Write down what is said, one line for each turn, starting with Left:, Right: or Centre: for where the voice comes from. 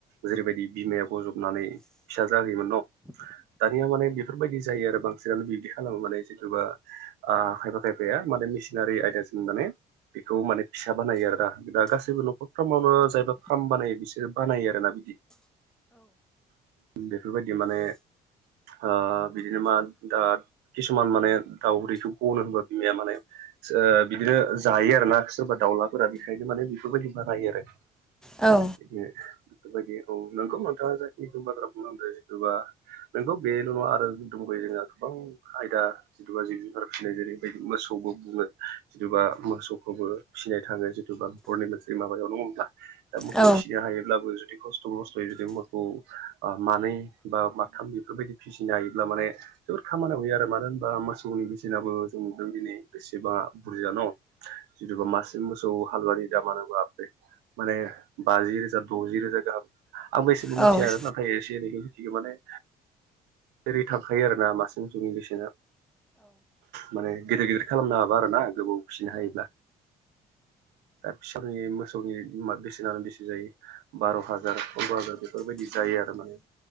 Right: जेरैबायदि बिमाया बजबनानै फिसा जाहोयोमोन न' दानिया माने बेफोरबायदि जायो आरो बांसिनानो बिब्दि खालामो माने जेन'बा आ खायफा खायफाया माने मिसिनारि आयदाजों माने बेखौ माने फिसा बानायो आरोना दा गासै सैबो न'खरफ्रामावनो जायबा फ्राम बानायो बिसोरो बानायो आरोना बिदि। बेफोरबायदि माने ओ बिदिनो मा ओ किसुमान माने दाउरैखौ ग'नो होनबा बिमाया माने ओ बिदिनो जायो आरो ना सोरबा दाउलाफोरा बेखायनो माने बेफोरबायदि बानायो आरो।
Centre: औ
Right: बे बेफोरबायदि औ नोंगौ नोंथाङा जाहाथेथु बाथ्रा बुंलांदो जिथुबा नोंगौ बेल' नङा आरो दंबोयो जोंहा गोबां आयदा जिथुबा जिब जुनार फिसिनाय जेरैबायदि मोसौबो बुङो जथुबा मोसौखौबो फिसिनाय थाङो जिथुबा हरनि <unintelligible> माबायाव दङोब्ला दा मोखौ
Centre: औ
Right: फिसिनो हायोब्लाबो जुदि खस्थ' मस्थ'यै जुदि मोखौ ओ मानै बा माथाम इफोरबायदि फिसिनो हायोब्ला माने जोबोद खामानियाव होयो आरो मानो होनबा मोसौनि बेसेनाबो जों नुदों दिनै बेसेबां बुरजा न'? जिथुबा मासे मोसौ हालुवानि <unintelligible> माने बाजि रोजा द'जि रोजा गाहाम आंबो एसेबां
Centre: औ
Right: मिथिया
Centre: औ
Right: आरो <unintelligible> एसे एनैखो मिथिगो माने बेबायदि थाखायो आरोना मासे मोसौनि बेसेना माने गेदेर गेदेर खालाम नाङाबा आरोना। गोबाव फिसिनो हायोब्ला। दा फिसौनि मोसौनि माद बेसेनानो बेसे जायो बार' हाजार पन्द्र' हाजार बेफोरबायदि जायो आरो माने।